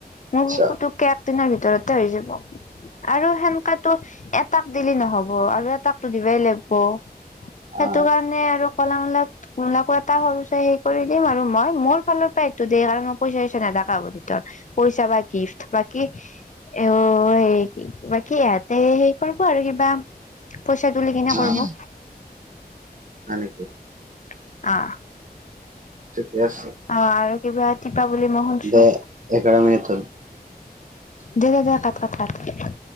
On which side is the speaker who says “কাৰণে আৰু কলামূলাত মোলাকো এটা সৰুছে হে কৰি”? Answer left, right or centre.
Left